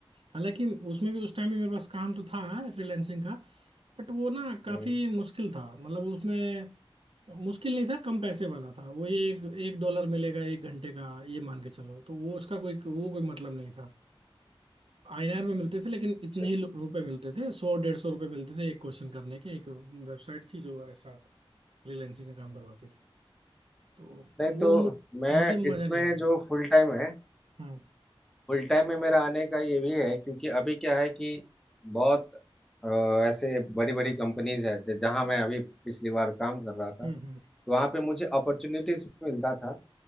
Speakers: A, on the right; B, in the centre.
A: हालांकि उसमें भी उस टाइम भी मेरे पास काम तो था फ्रीलैंसिंग का बट वो ना काफी
B: हम्म
A: मुश्किल था मतलब उसमें मुश्किल नहीं था कम पैसे वाला था वो ये एक, एक डॉलर मिलेगा एक घंटे का ये मान के चलो तो वो उसका कोई वो कोई मतलब नहीं था आईएनआर में मिलते थे लेकिन इतने
B: अच्छा अच्छा
A: ही रुपए मिलते थे सौ डेढ़ सौ रुपए मिलते थे एक क्वेश्चन करने के एक वेबसाइट थी जो ऐसा फ्रीलैंसिंग का काम करवाती थी तो
B: नहीं
A: वो
B: तो
A: मु,
B: मैं
A: मुझे मजा
B: इसमें
A: नहीं आया
B: जो फुल टाइम है
A: हम्म
B: फुल टाइम में मेरा आने का ये भी है क्योंकि अभी क्या है कि बहुत अ, ऐसे बड़ी बड़ी कंपनीज है ज- जहाँ मैं अभी पिछली बार काम कर रहा था
A: हम्म
B: तो
A: हम्म।
B: वहाँ पे मुझे अपॉर्चुनिटीज मिलता था